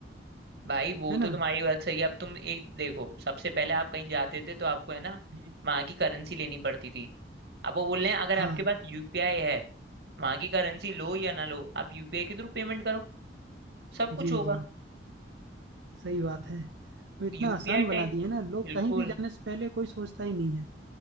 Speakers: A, on the right; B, on the right.
A: भाई वो
B: है ना
A: तो तुम्हारी बात सही है अब तुम एक देखो सबसे पहले आप कहीं जाते थे तो आपको है ना
B: जी
A: वहां की करेंसी लेनी पड़ती थी अब वो बोल रहे हैं अगर आपके
B: हाँ
A: पास यूपीआई है वहां की करेंसी लो या ना लो आप यूपीआई के थ्रू पेमेंट करो सब कुछ
B: जी
A: होगा
B: जी सही बात है अब इतना
A: UPI
B: आसान बना
A: ten
B: दिए है ना लोग
A: बिल्कुल
B: कहीं भी जाने से पहले कोई सोचता ही नहीं है